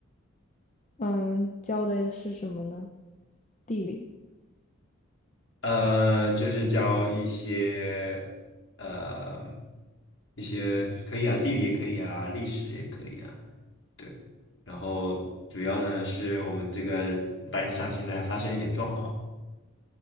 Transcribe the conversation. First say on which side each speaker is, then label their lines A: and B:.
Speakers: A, on the left (about 35°); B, on the left (about 60°).
A: 嗯，教的是什么呢？地理。
B: 呃，就是教一些呃一些可以啊，地理也可以啊，历史也可以啊，对。然后主要呢是我们这个班上现在发生一点状况，